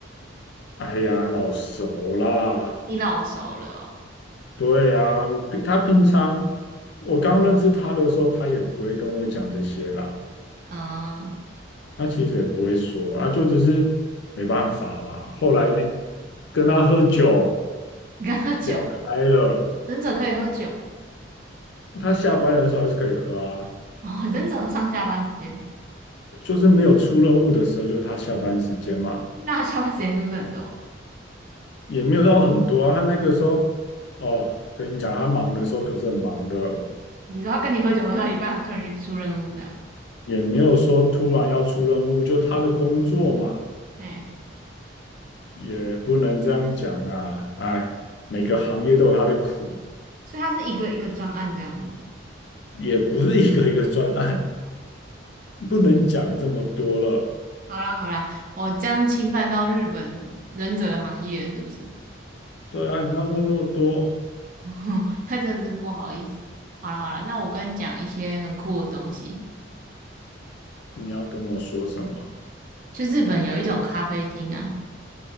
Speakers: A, on the left (about 60°); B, on the right (about 45°).
A: 哎呀，老熟啦。
B: 你老熟了哦。
A: 对啊，我平他平常我刚认识他的时候，他也不会跟我讲这些啦。
B: 嗯，
A: 他其实也不会说啊，就只是没办法嘛。后来跟他喝酒
B: 你刚喝酒，
A: 聊开了。
B: 忍者可以喝酒
A: 他下班的时候还是可以喝啊，
B: 哦，忍者有上下班时间，
A: 就是没有出任务的时候，就是他下班时间嘛，
B: 那他下班时间是不是很多？
A: 也没有到很多啊。他那个时候，哦，跟你讲，他忙的时候可是很忙的，
B: 你说他跟你喝酒喝到一半，他突然就出任务这样，
A: 也没有说突然要出任务，就他的工作嘛，
B: 哎。
A: 也不能这样讲啊。哎，每个行业都有他的苦，
B: 所以它是一个一个专案这样子。
A: 也不是一个一个专案，不能讲这么多了。
B: 好啦好啦，我这样侵犯到日本忍者的行业是不是？
A: 对啊，你这样问那么多，
B: <laughs> 那真的是不好意思。好啦好啦，那我跟你讲一些很酷的东西。
A: 你要跟我说什么？
B: 就日本有一种咖啡厅啊，